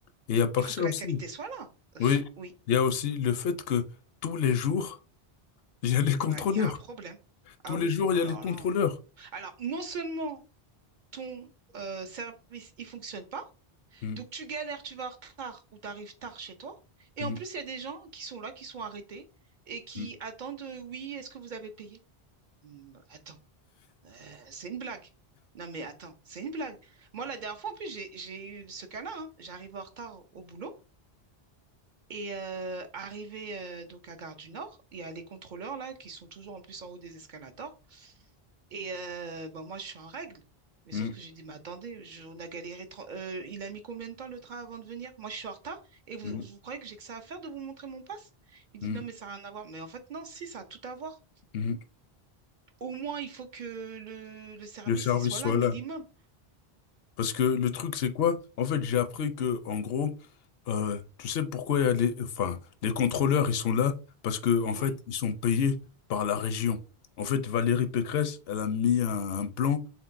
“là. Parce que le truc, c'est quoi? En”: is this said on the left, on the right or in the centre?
Left